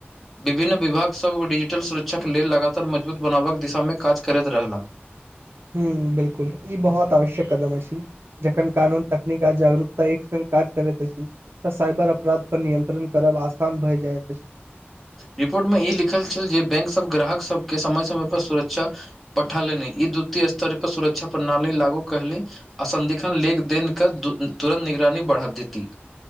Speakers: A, in the centre; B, on the right.
A: विभिन्न विभागसभ डिजिटल सुरक्षाके लेल लगातार मजबूत बनाबक दिशामे काज करैत रहलाह
B: हूँ बिल्कुल ई बहुत आवश्यक कदम अछि जखन कानून तकनीक आ जागरूकता एक संग काज करैत अछि तऽ साइबर अपराध पर नियंत्रण करब आसान भए जाएत अछि
A: रिपोर्ट मे ई लिखल छल जे बैंक सभ ग्राहक सभके समय समय पर सुरक्षा पठा ले नहि ई द्वितीय स्तर पर सुरक्षा प्रणाली लागू करली असदिन लेख देन क तुरन्त निगरानी बढ़ा देती